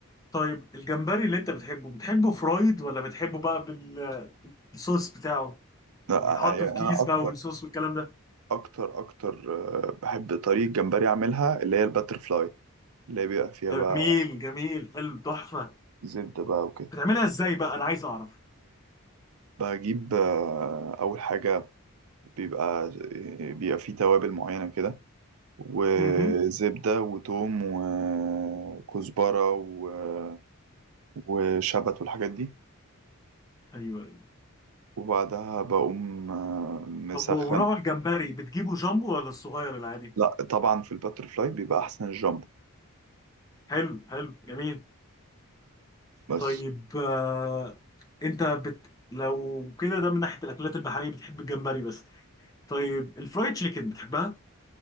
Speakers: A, on the left; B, on the right.
A: طيب الجمبري اللي انت بتحبه بتحبه فرايد ولا بتحبه بقى بالصوص بتاعه
B: لا
A: ويتحط
B: يعني
A: في كيس
B: انا اكتر
A: بقى والصوص والكلام ده
B: اكتر اكتر آه، بحب طريقه جمبري اعملها اللي هي الباتر فلاي اللي هي بيبقى فيها
A: جميل
B: بقى
A: جميل حلو تحفه
B: زبده بقى وكده
A: بتعملها ازاي بقى انا عايز اعرف
B: بجيب آه، اول حاجه بيبقى آه، بيبقى فيه توابل معينه كده وزبده
A: امم
B: وتوم وكزبره و آه، وشبت والحاجات دي
A: ايوه ايوه
B: وبعدها بقوم آه، مسخن
A: طب ونوع الجمبري بتجيبه جامبو ولا الصغير العادي
B: لا طبعا في الباتر فلاي بيبقى احسن الجامبو
A: حلو حلو جميل
B: بس
A: طيب آه، انت بت... لو كده ده من ناحيه الاكلات البحريه بتحب الجمبري بس طيب الفرايد تشيكن بتحبها